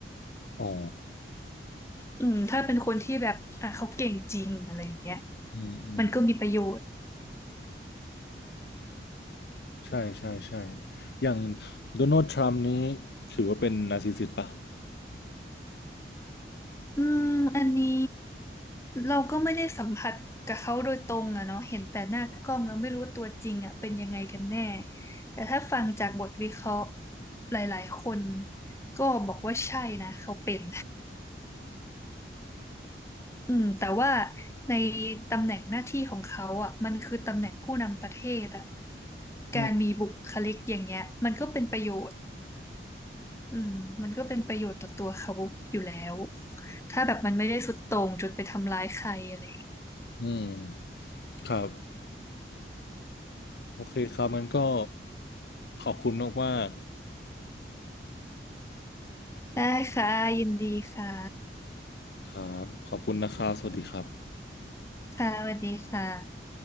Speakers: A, on the left (about 65°); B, on the left (about 15°).
A: อ๋อ
B: อืมถ้าเป็นคนที่แบบอ่าเขาเก่งจริงอะไรอย่างเงี้ย
A: อืม อืม
B: มันก็มีประโยชน์
A: ใช่ ใช่ ใช่ อย่างโดนัลด์ทรัมป์นี้ถือว่าเป็นนาร์ซิสซิสต์ปะ
B: อืมอันนี้เราก็ไม่ได้สัมผัสกับเขาโดยตรงอะเนาะเห็นแต่หน้ากล้องเราไม่รู้ว่าตัวจริงอะเป็นยังไงกันแน่แต่ถ้าฟังจากบทวิเคราะห์หลายๆคนก็บอกว่าใช่นะเขาเป็นอืมแต่ว่าในตำแหน่งหน้าที่ของเขาอ่ะมันคือตำแหน่งผู้นำประเทศอ่ะ
A: อืม
B: การมีบุคลิกอย่างเงี้ยมันก็เป็นประโยชน์อืมมันก็เป็นประโยชน์ต่อตัวเขาอยู่แล้วถ้าแบบมันไม่ได้สุดโต่งจนไปทำร้ายใครอะไร
A: อืม ครับ โอเคครับงั้นก็ขอบคุณมากๆ
B: ได้ค่ะยินดีค่ะ
A: ครับขอบคุณนะครับสวัสดีครับ
B: ค่ะสวัสดีค่ะ